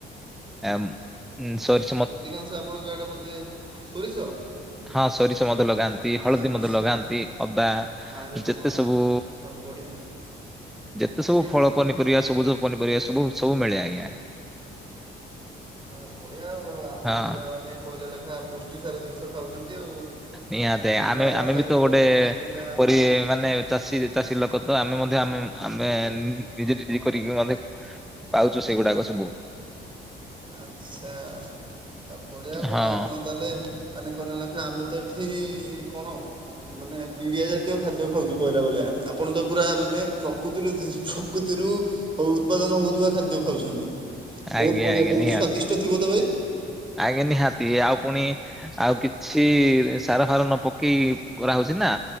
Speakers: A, in the centre; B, on the right.
A: ଆମ୍ ଉ ସରି
B: ଅଧିକାଂଶ ଆପଣଙ୍କ ଆଡେ ବୋଧେ ସୋରିଷ?
A: ହଁ, ସୋରିଷ ମଧ୍ୟ ଲଗାନ୍ତି ହଳଦୀ
B: ଆଚ୍ଛା
A: ମଧ୍ୟ ଲଗାନ୍ତି। ଅଦା
B: ଆରେ
A: ଯେତେ
B: ବା
A: ସବୁ
B: ଆଉ ବଢ଼ିଆ
A: ଯେତେ
B: ଆଜ୍ଞା
A: ସବୁ ଫଳ ପନି ପରିବା ସବୁଜ ପନିରିବା ସବୁ ସବୁ ମିଳେ ଆଜ୍ଞା।
B: ହ ବଢ଼ିଆ ଆଉ ଆପଣ
A: ହଁ
B: ପୁରା ମାନେ କହିଲେ ଲେଖା ପୁଷ୍ଟିସାର ଜିନିଷ ଖାଉଚନ୍ତି ଆଉ।
A: ନିହାତି
B: ବିନା
A: ଆମେ
B: ରାସାୟନିକ
A: ଆମେ ବି ତ ଗୋଟେ
B: ବିନା
A: ପରି ମାନେ
B: ଆଜ୍ଞା
A: ଚାଷୀ ଚାଷୀ ଲୋକ ତ ଆମେ ମଧ୍ୟ ଆମେ ଆମେ ନିଜେ, ନଜେ କରିକି ମଧ୍ୟ। ପାଉଚୁ ସେଗୁଡାକ ସବୁ।
B: ଆଛା ଆ ବଢିଆ ଆଉ କଣ
A: ହଁ
B: ଆପଣ ତା ହେଲେ ମାନେ କହିଲା ଲେଖା ଆମେ ତ ଏଠି କଣ ମାନେ ପିଡିଆ ଜାତୀୟ ଖାଦ୍ୟ ଖାଉଚୁ କହିଲା ଭଳିଆ। ଆପଣ ତ ପୁରା ମାନେ ପ୍ରକୃତି ରୁ ପ୍ରକୃତି ରୁ ଉତ୍ପାଦନ ହେଉଥିବା ଖାଦ୍ୟ ଖାଉଛନ୍ତି। ବହୁତ
A: ଆଜ୍ଞା
B: ବଢ଼ିଆ
A: ଆଜ୍ଞା
B: ବହୁତ
A: ନିହତି।
B: ସ୍ଵାଦିଷ୍ଟ ଥିବ ତ ଭାଇ?
A: ଆଜ୍ଞା ନିହାତି ଆଉ ପୁଣି ଆଉ କିଛି ସାର ଫାର ନ ପକେଇ କରାହଉଚି ନା।